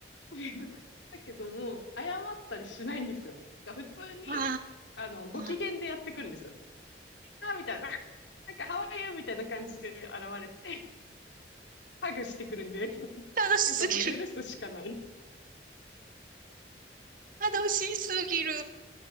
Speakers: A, on the left; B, on the right.
A: <laughs> だけども、謝ったりしないんですよ。普通に、
B: あ
A: あの、ご機嫌でやってくるんですよ。
B: あ。
A: ああみたいな、なんか、ハワイユーみたいな感じで現れて、ハグしてくるんで、<laughs>
B: 楽しすぎる。
A: なんかもう許すしかない。
B: 楽しすぎる。